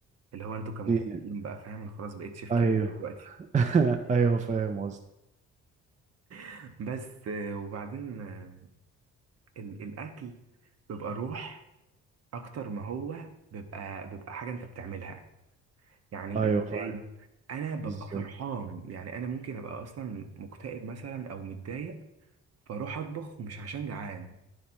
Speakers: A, on the right; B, on the right.
A: اللي هو انتوا كمبتدئين
B: دي
A: بقى فاهم انا خلاص بقيت شيف كبير
B: ايوه
A: دلوقتي
B: <laughs> ايوه فاهم قصدي
A: <laughs> بس آه، وبعدين آه، ال- الاكل بيبقى روح اكتر ما هو بيبقى بيبقى حاجه انت بتعملها يعني
B: ايوه فاهم
A: ازاي انا ببقى
B: ازاي
A: فرحان يعني انا ممكن ابقى اصلا مكتئب مثلا او متضايق فاروح اطبخ مش عشان جعان